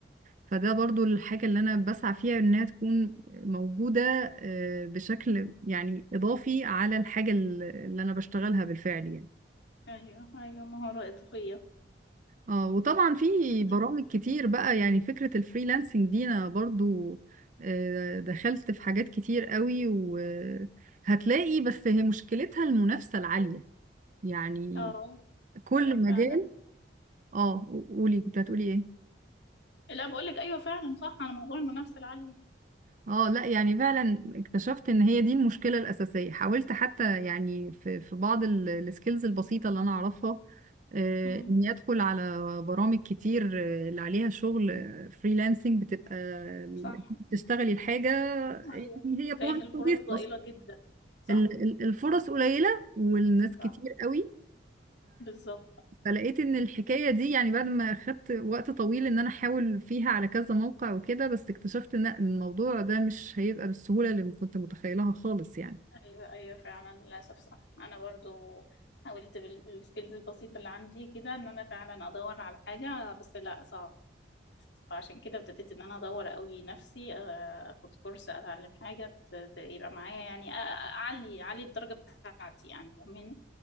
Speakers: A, on the right; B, on the left.
A: فده برضو الحاجة اللي أنا بسعى فيها إنها تكون موجودة آه، بشكل يعني إضافي على الحاجة اللي اللي أنا بشتغلها بالفعل يعني
B: أيوه أيوه مهارة إضافية
A: اه وطبعا في
B: مم.
A: برامج كتير بقى يعني فكرة الفريلانسنج دي انا برضو آه، دخلت في حاجات كتير قوي وهتلاقي بس هي مشكلتها المنافسة العالية يعني
B: اه
A: كل
B: أيوه
A: مجال
B: فعلا
A: اه قولي كنت هتقولي ايه
B: لا بقول لك أيوه فعلا صح على موضوع المنافسة العالية
A: اه لا يعني فعلا اكتشفت ان هي دي المشكله الاساسيه حاولت حتى يعني في في بعض ال- السكيلز البسيطه اللي انا اعرفها آه،
B: مم.
A: اني ادخل على برامج كتير آه، اللي عليها شغل فريلانسنج بتبقى
B: صح
A: انت بتشتغلي الحاجه يعني
B: أيوه
A: هي
B: بتلاقي
A: بروجكت
B: إن الفرص
A: وبيخلص
B: ضئيلة جدا صح
A: ال- ال- الفرص قليله والناس كتير
B: صح
A: قوي
B: بالظبط
A: فلقيت ان الحكايه دي يعني بعد ما خدت وقت طويل ان انا احاول فيها على كذا موقع وكده بس اكتشفت ان الموضوع ده مش هيبقى بالسهوله اللي كنت متخيلها خالص يعني
B: ايوه ايوه فعلا للاسف صح انا برضو حاولت بالسكيلز البسيطه اللي عندي كده ان انا فعلا ادور على حاجه بس لا صعب فعشان كده ابتديت ان انا ادور قوي نفسي آه، اخد كورس اتعلم حاجه ت- ت- يبقى معايا يعني أ- أ- اعلي اعلي الدرجه بتاعتي يعني فاهماني